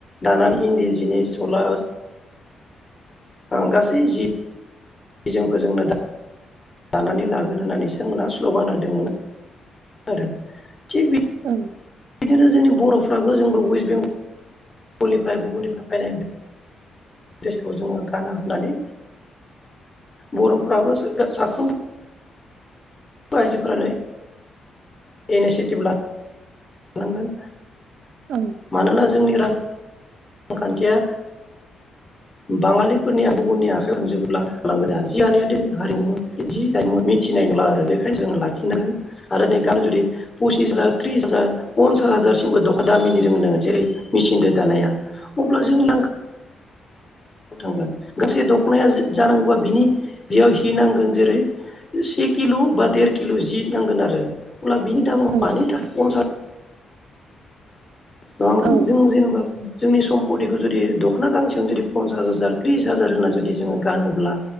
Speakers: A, on the left (about 20°); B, on the right (about 70°).
A: दानानै इन्दि जिनि सला गासै जि जि जोमखौ जोंनो लानानै लागोन होननानै सोरमोनहा स्ल'गान होदोंमोन आरो थिग
B: औ
A: बिदिनो जोंनि बर'फ्राबो जोंबो वेस्ट बेंगलगलनिफ्राय गुबुननिफ्राय बानायनाय द्रेसखौ जोङो गाना होनानै बर'फ्राबो साफ्रोम आयजो फोरानो इनिसिटिभ लानांगोन
B: औ
A: मानोना जोंनि रां रांखान्थिया बाङालिफोरनिबा गुबुननि आखाइ थांजोब बोला गोमालांगोन आरो जि दानाया दिरोंयानि हारिमु जि दाय मिथिनाय बेखौ जोङो लाखिनांगोन आरो दा नै फसिस हाजार र्थिस हाजार सत हाजारसिमबो दखाना दामिनि होननांगोन जेरै मेचिनजों दानाया अब्ला जों नां थांगोन गासै दख'नाया जानांगौबा बिनि बेयाव हि नांगोन जेरै से किल' बा देर किल' जि नांगोन आरो गला बिनि दामाव
B: औ
A: मानि दाम पन्सास नङा
B: औ
A: जों जेनेबा जोंनि सम्पतिखौ जुदि द खना गांसेजों जुदि पन्सास हाजार त्रिस हाजार होना जुदि जोङो गानोब्ला